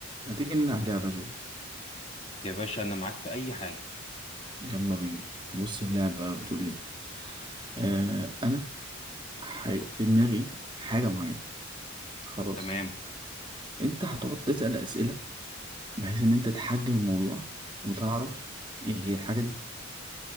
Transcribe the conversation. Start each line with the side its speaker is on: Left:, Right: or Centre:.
Right: ما تيجي نلعب لعبة جو
Left: يا باشا انا معاك في اي حاجه
Right: يلا بينا بص اللعبة بتقول ايه آه انا هيبقى في دماغي حاجة معينة خلاص
Left: تمام
Right: انت هتقعد تسأل اسئلة بحيث ان انت تحجم الموضوع وتعرف ايه هي الحاجة دي